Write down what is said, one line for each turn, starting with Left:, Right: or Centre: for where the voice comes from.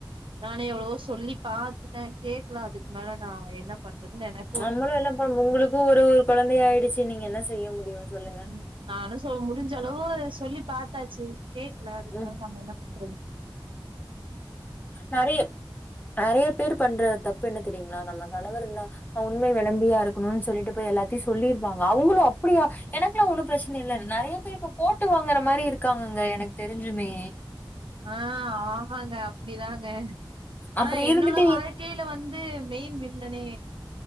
Right: நானே எவ்ளவோ சொல்லி பாத்தே கேட்கலா அதுக்கு மேல நா என்ன பண்றதுன்னு என
Left: நம்மளு என்ன ப உங்களுக்கு ஒரு குழந்தைய ஆயிடுச்சு நீங்க என்ன செய்ய முடியு சொல்லுங்க
Right: ம் நானு சொ முடிஞ்ச அளவு சொல்லி பாத்தாச்சு கேக்கல அதுக்கு
Left: ம்
Right: மேல நம்ம என்ன பண்றது
Left: நெறைய நெறைய பேரு பண்ற தப்பு என்ன தெரியுங்களா நம்ம கணவர் என்ன உண்மை விளம்பியா இருக்கணு சொல்லிட்டு போய் எல்லாத்தையு சொல்லியிருவாங்க அவங்களு அப்டியா எனக்கேல்லா ஒண்ணு பிரச்சனை இல்லை நெறைய பேரு இப்ப போட்டு வாங்கற மாதிரி இருக்காங்கங்க எனக்கு தெரிஞ்சுமே
Right: ஆ ஆமாங்க அப்டிதாங்க ஆனா
Left: அப்புறம்
Right: என்னோட
Left: இருந்துட்டு
Right: வாழ்க் கையில வந்து மெயின் வில்லனே